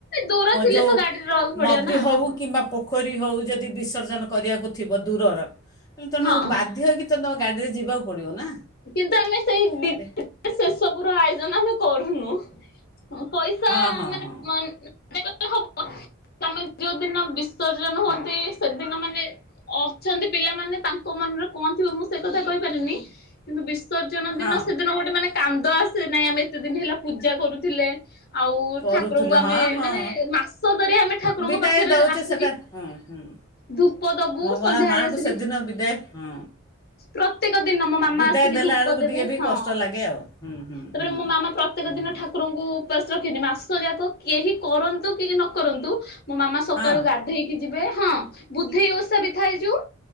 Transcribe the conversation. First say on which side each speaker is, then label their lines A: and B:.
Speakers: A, on the left; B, on the left.
A: ଦୂର ଥିଲେ
B: ଯୋଉ
A: ତ ଗାଡିରେ ରହିବାକୁ ପଡିବ
B: ନଦୀ
A: ନା
B: ହଉ
A: ହଁ
B: କିମ୍ବା ପୋ ପୋଖରୀ ହଉ ଯଦି ବିସର୍ଜନ କରିବାକୁ ଥିବ ଦୂରର ହେଲେ ତମକୁ
A: ହଁ
B: ବାଧ୍ୟ ହେଇକି ତ ତମେ ଗାଡିରେ ଯିବାକୁ ପଡିବ ନା।
A: କିନ୍ତୁ ଆମେ ସେଇ
B: ସେଠି
A: ସେସବୁ ର ଆୟୋଜନ ଆମେ କରୁନୁ। ପଇସା
B: ହଁ ହଁ
A: ମାନେ
B: ହଁ
A: ହବ ଆମେ ଯୋଉ ଦିନ ବିସର୍ଜନ ହୁଅନ୍ତି ସେଦିନ ମାନେ ଅଛନ୍ତି ପିଲାମାନେ ତାଙ୍କ ମନରେ କଣ ଥିବ ମୁଁ ସେ କଥା କହିପାରିବିନି କିନ୍ତୁ ବିସ ବିସର୍ଜନ
B: ହଁ
A: ଦିନ ସେଦିନ ଗୋଟେ ମାନେ କାନ୍ଦ ଆସେ ନାଇଁ ଆମେ ଏତେ ଦିନ ହେଲା ପୂଜା କରୁଥିଲେ। ଆଉ
B: କରୁଥିଲୁ
A: ଠାକୁରଙ୍କୁ ଆମେ
B: ହଁ ହଁ
A: ମାନେ ମାସ ଧରି ଆମେ ଠାକୁରଙ୍କ
B: ବିଦାୟ
A: ପାଖରେ
B: ଦେଉଛେ
A: ଆସିକି
B: ସେଟା ହୁଁ ହୁଁ
A: ଧୂପ ଦବୁ
B: ମଙ୍ଗଳା
A: ସନ୍ଧ୍ୟାବେଳେ
B: ମା'ଙ୍କୁ
A: ଆସିକି
B: ସେଦିନ ବିଦାୟ ହଁ
A: ପ୍ରତ୍ୟେକ ଦିନ ମୋ ମାମା
B: ବିଦାୟ
A: ଧୂପ
B: ଦେଲା ବେଳକୁ
A: ଦେବେ
B: ଟିକେ ବି
A: ହଁ
B: କଷ୍ଟ ଲାଗେ ଆଉ ହୁଁ ହୁଁ
A: ତାପରେ
B: ହୁଁ
A: ମୋ ମାମା ପ୍ରତ୍ୟେକ
B: ହୁଁ
A: ଦିନ ଠାକୁରଙ୍କୁ ମା ରଖିନି ମାସ ଯାକ କେହି କରନ୍ତୁ କେହି ନ କରନ୍ତୁ ମୋ ମାମା ସକାଳୁ
B: ହଁ
A: ଗାଧେଇକି ଯିବେ ହଁ ବୁଧେଇ ଓଷା ବି ଥାଏ ଯୋଉ